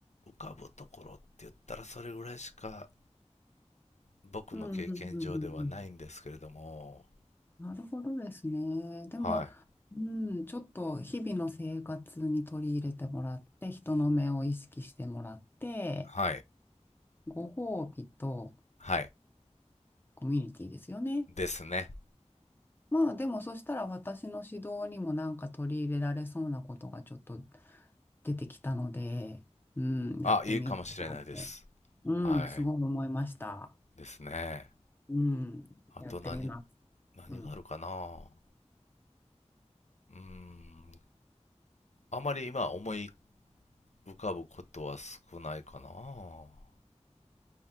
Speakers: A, on the left; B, on the left.
A: かぶところって言ったらそれぐらいしか僕の経験上ではないんですけれども。
B: うんうんうんなるほどですね。でも、
A: はい。
B: うん、ちょっと日々の生活に取り入れてもらって、人の目を意識してもらって、
A: はい。
B: ご褒美と
A: はい。
B: コミュニティですよね。
A: ですね。
B: まあでもそしたら私の指導にもなんか取り入れられそうなことがちょっと出てきたので、うん、
A: あ、
B: やってみようかなって、
A: いいかもしれないです。
B: うん、
A: はい。
B: すごい思いました。
A: ですね。
B: うん、
A: あと何、
B: やってみます。
A: 何があるかな。
B: うん。
A: うーん。あまり今思い浮かぶことは少ないかな。